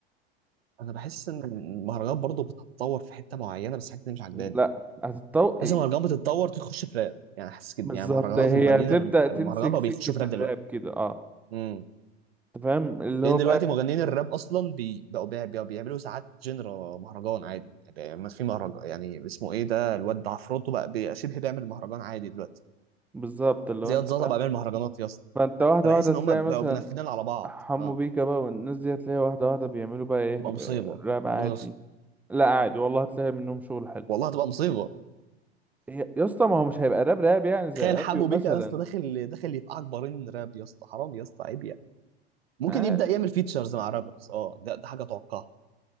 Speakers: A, on the right; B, in the centre.
A: انا بحس ان المهرجانات برضه بتتطور في حته معينه بس الحته دي مش عجباني
B: لا هتتطور
A: حاسس إن المهرجانات بتتطور تخش في راب يعني حاسس كده
B: بالظبط
A: يعني مهرجانات
B: هي
A: المغنيين
B: تبدأ
A: الر-
B: تمسك
A: المهرجان بقى
B: سكة
A: بيخشوا في راب
B: الراب
A: دلوقتي
B: كده اه
A: امم
B: انت فاهم اللي
A: لان
B: هو
A: دلوقتي
B: بقى
A: مغنيين الراب اصلا بي... بقوا بي... بي... بيعملوا ساعات جنرا مهرجان عادي يعني ما في مهرجان يعني اسمه ايه ده الواد ده عفروتو بقى بي... شبه بيعمل مهرجان عادي دلوقتي
B: بالظبط اللي
A: زياد
B: هو انت
A: زازا
B: فاهم
A: بقى بيعمل مهرجانات يا اسطى
B: فانت واحدة
A: فبحس
B: واحدة
A: ان
B: تلاقي
A: هم بقوا
B: مثلا
A: بينفذين على بعض
B: حمو
A: اه
B: بيكا بقى والناس دي هتلاقي واحدة واحدة بيعملوا بقى ايه
A: تبقى مصيبه
B: راب عادي
A: ربنا يستر
B: لا عادي والله هتلاقي منهم شغل حلو
A: والله هتبقى مصيبه
B: هي- يا اسطى ما هو مش هيبقى راب راب يعني زي
A: تخيل حمو
B: ابيو مثلا
A: بيكا يا اسطى داخل داخل يفقعك بارين راب يا اسطى حرام يا اسطى عيب يعني ممكن
B: اه
A: يبدا يعمل فيتشرز مع رابرز اه ده ده حاجه اتوقعها